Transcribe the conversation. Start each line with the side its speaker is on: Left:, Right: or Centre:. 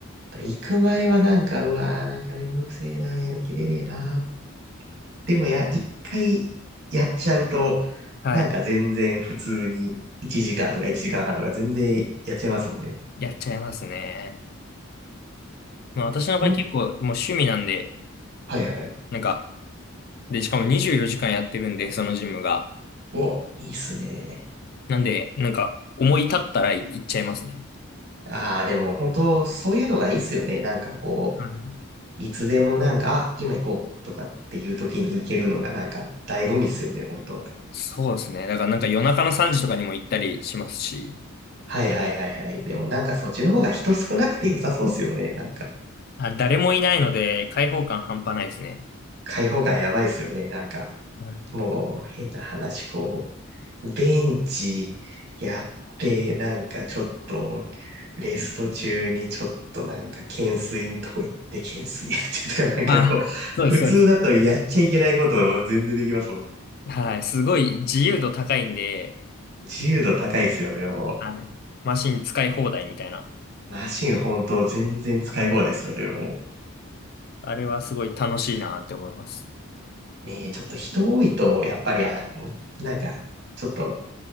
Right: 行く前はなんか、うわー、なんかめんどくせえな、やる気出ねえな。でもや、一回やっちゃうと、
Left: はい。
Right: なんか全然普通に1時間とか1時間半とか全然やっちゃいますもんね。
Left: やっちゃいますね。まあ私の場合結構もう趣味なんで、
Right: ほん、はいはいはい。
Left: なんか、で、しかも24時間やってるんで、そのジムが。
Right: お、いいっすね。
Left: なんで、なんか、思い立ったら行っちゃいますね。
Right: ああ、でも本当、そういうのがいいっすよね。なんかこう、
Left: はい
Right: いつでもなんか、あ、今行こうとかっていう時に行けるのがなんか醍醐味っすよね、本当。
Left: そうですね。だからなんか夜中の3時とかにも行ったりしますし、
Right: はいはいはいはい。でもなんかそっちの方が人少なくて良さそうっすよね、なんか。
Left: あ、誰もいないので開放感半端ないですね。
Right: 開放感やばいっすよね、なんか。
Left: はい
Right: もう変な話、こう、ベンチやって、なんかちょっと、レスト中にちょっとなんか懸垂のとこ行って懸垂やってとか、<laughs> なんかこう、
Left: あ、そうです、
Right: 普通だとやっちゃいけないこと全然できますもんね。
Left: そうです。はい。すごい自由度高いんで、
Right: 自由度高いっすよね、もう。
Left: はい。マシン使い放題みたいな。
Right: マシン本当全然使い放題ですよね、も
Left: あれはすごい楽しいなって思います。
Right: う。ねえ、ちょっと人多いと、やっぱりあの、なんか、ちょっと、